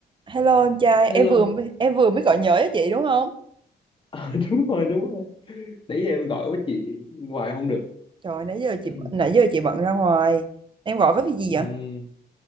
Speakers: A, on the right; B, on the left.
A: Hello em trai,
B: hello
A: em vừa em vừa mới gọi nhớ cho chị đúng không?
B: Ờ, <laughs> đúng rồi đúng rồi nãy giờ em gọi với chị hoài không được
A: Trời nãy giờ
B: <clears throat>
A: chị nãy giờ chị bận ra ngoài. Em gọi có việc gì
B: Ừm,
A: vậy?